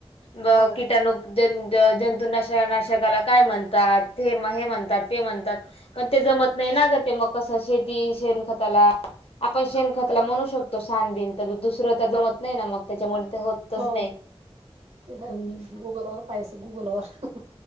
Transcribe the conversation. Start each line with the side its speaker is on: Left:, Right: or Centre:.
Left: मग
Right: हो.
Left: कीटणूक जंत- जंतूनाश-नाशक तेला काय म्हणतात ते म हे म्हणतात पण ते जमत नाही ना ग ते मग कसं शे ती शेण खताला आपण शेणखतला म्हणू शकतो सानबिन तर दुसरं तर जमत नाही ना मग त्याच्यामुळे ते होतच
Right: हो
Left: नाही.
Right: तेला
Left: हम्म
Right: गोगलगाय पैसे गुगलवर